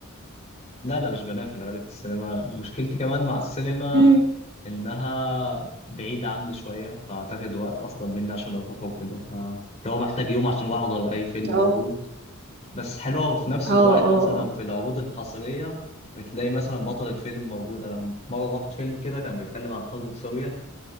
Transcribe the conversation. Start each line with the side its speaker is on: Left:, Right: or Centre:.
Left: لا لا مش بنام في الغالب في السينما مشكلتي كمان مع السينما
Right: مم.
Left: انها بعيدة عني شوية فاعتقد وقت اصلا مني عشان اروح وكده فلو محتاج يوم عشان اروح احضر اي فيلم
Right: اه
Left: موجود بس حلوة وفي نفس
Right: اه
Left: الوقت
Right: اه
Left: مثلا
Right: اه
Left: في العروض الحصرية بتلاقي مثلا بطل الفيلم موجود انا مرة رحت فيلم كده كان بيتكلم عن الحرب في سوريا